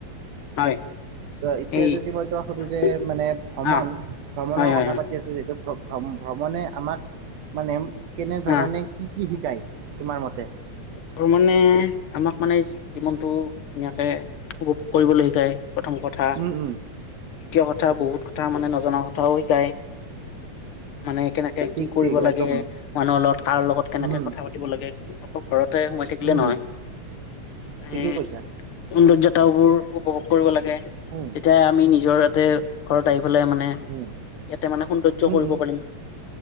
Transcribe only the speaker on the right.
এতিয়া
যদি মই তোমাক সোধোঁ যে মানে ভ্ৰমণ
ভ্ৰমণৰ
কথা পাতি আছো যে ভ্ৰমণে আমাক মানে কেনেধৰণে
কি কি শিকায় তোমাৰ মতে
উম উম
ঠিক
ঠিক
একদম
উম
উম
ঠিকেই কৈছা
উম
উম
উম
উম,